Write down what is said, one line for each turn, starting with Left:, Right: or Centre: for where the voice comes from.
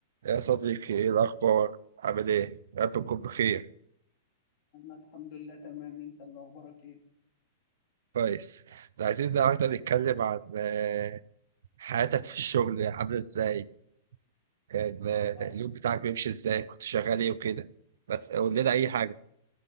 Right: يا صديقي ايه الاخبار عامل ايه يا رب تكون بخير
Left: أنا الحمد لله تمام أنت اللي أخبارك إيه؟
Right: كويس ده عايزين النهارده نتكلم عن آه، حياتك في الشغل عامله ازاي كان آه،
Left: أه
Right: اليوم بتاعك بيمشي ازاي كنت شغال ايه وكده بس قول لنا اي حاجه